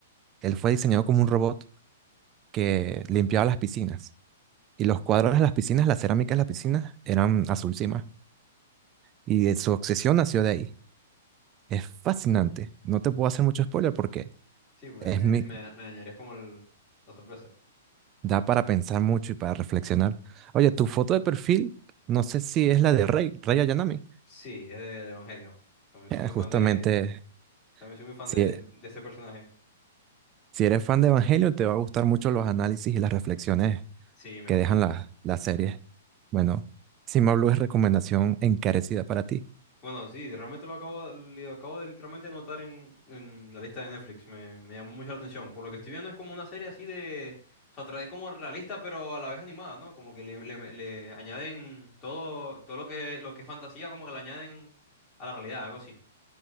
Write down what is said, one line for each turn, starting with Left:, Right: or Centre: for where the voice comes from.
Right: él fue diseñado como un robot que limpiaba las piscinas. Y los cuadros de las piscinas, las cerámicas de las piscinas, eran azul cima. Y de su obsesión nació de ahí. Es fascinante. No te puedo hacer mucho spoiler porque
Left: Sí, me
Right: es
Left: dañaría,
Right: mi,
Left: me, me dañarías como el- la sorpresa.
Right: da para pensar mucho y para reflexionar. Oye, tu foto de perfil, no sé si es la de Rey, Rey Ayanami.
Left: Sí, es de Evangelion. También soy
Right: Eh,
Left: muy
Right: justamente,
Left: fan de, también soy muy fan
Right: si,
Left: de, de ese personaje.
Right: si eres fan de Evangelion, te va a gustar mucho los análisis y las reflexiones
Left: Sí, me
Right: que
Left: gusta
Right: dejan
Left: mucho.
Right: la- las series. Bueno, Cima Blue es recomendación encarecida para ti.
Left: Bueno, sí, realmente lo acabo, lo acabo de literalmente anotar en, en la lista de Netflix. Me, me llamó mucho la atención. Por lo que estoy viendo es como una serie así de, o sea, trae como realista, pero a la vez animada, ¿no? Como que le, le- le añaden todo, todo lo que, lo que es fantasía, como que le añaden a la realidad, algo así.